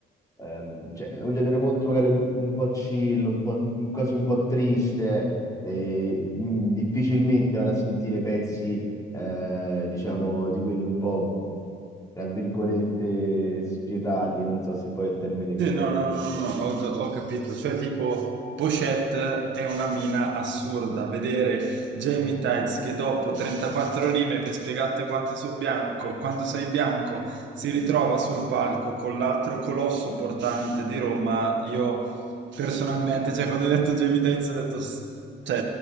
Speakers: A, on the left; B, on the right.
A: ehm, cioè, è un genere molto magari un, un po' chill, un po', quasi un po' triste e, mh, difficilmente ora sentire pezzi, eh, diciamo, di quelli un po', tra virgolette, spietati, non so se poi è il termine
B: Sì,
A: corretto.
B: no, no, no, no, no, ho, già- ho capito. Cioè, tipo, Pochette è una mina assurda. Vedere Jamie Tights che dopo 34 rime per spiegarti quanto so bianco, quanto sei bianco, si ritrova sul palco con l'altro colosso portante di Roma. Io personalmente, cioè, quando hai detto Jamie Tights, ho detto, "S- cioè,